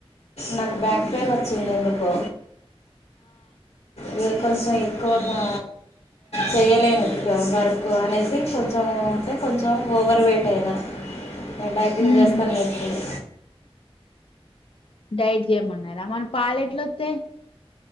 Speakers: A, on the left; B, on the left.
A: నాకు బ్యాక్ పెయిన్ వచ్చింది ఎందుకో ఇగ కొంచెం ఎక్కువగా చేయ్యలేను వర్క్ అనేసి కొంచెం అంటే కొంచెం ఓవర్ వెయిట్ అయినా డైటింగ్
B: ఉమ్
A: చేస్తాన్నా ఇప్పుడు
B: డైట్ చేయమన్నారా మరి పాలెట్లొత్తయ్